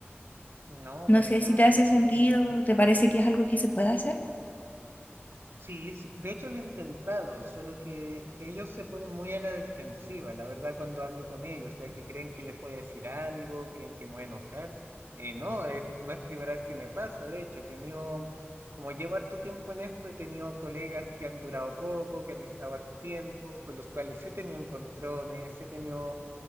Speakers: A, on the right; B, on the left.
A: no,
B: No
A: para
B: sé
A: nada,
B: si te hace
A: aparte
B: sentido,
A: que
B: te parece que es algo que se puede hacer.
A: Sí, sí, de hecho lo he intentado, solo que ellos se ponen muy a la defensiva, la verdad, cuando hablo con ellos, ya que creen que les voy a decir algo, creen que me voy a enojar. Eh, no, es, no es primera vez que me pasa, de hecho, he tenido, como llevo harto tiempo en esto, he tenido colegas que han durado poco, que han estado harto tiempo, con los cuales he tenido encontrones, he tenido,